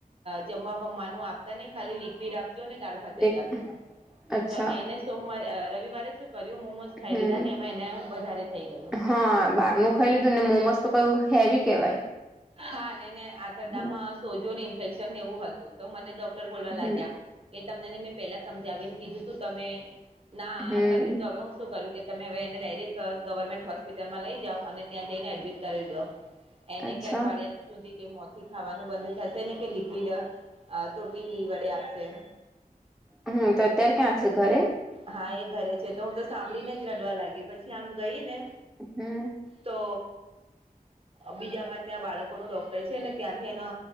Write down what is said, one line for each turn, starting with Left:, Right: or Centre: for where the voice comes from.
Right: જમવા બમવાનું આપતા નઈ ખાલી લિક્વિડ આપજો ને દાળ ભાત
Centre: એક
Right: જ આપજો
Centre: અચ્છા
Right: તો એને સોમવારે રવિવારે શું કર્યું મોમોઝ ખાઈ
Centre: હમ
Right: લીધા ને અમે એને વધારે થઈ ગયું
Centre: હા બહાર નું ખાઈ લીધું ને મોમોસ તો હેવી કેવાય.
Right: હા ને આંતરડામાં
Centre: હમ
Right: સોજોને ઇન્ફેક્શન એવું હતું. તો મને ડોક્ટર બોલવા લાગ્યા
Centre: હમ
Right: એ તમનેને મેં પેલા સમજાવીને કીધું તું તમે ના
Centre: હમ
Right: કર્યું તો હવે હું શું કરીશ કે તમે હવે એને ડાયરેક્ટ ગવર્મેન્ટ હોસ્પિટલમાં લઈ જાઓ અને ત્યાં જઈને એડમિટ કરી દો. એને
Centre: અચ્છા
Right: કે અઠવાડિયા સુધી કે મોથી ખાવાનું બંધ થશે ને કે લિક્વિડ અ થો થી વળ્યા આપશે.
Centre: હમ્મ તો અત્યારે ક્યાં છે ઘરે?
Right: હા એ ઘરે છે તો હું તો સાંભળીને જ રડવા લાગી પછી આમ ગઈ ને
Centre: હમ્મ.
Right: તો બીજામાં ત્યાં બાળકોનું ડોક્ટર છે ને ત્યાંથી એનો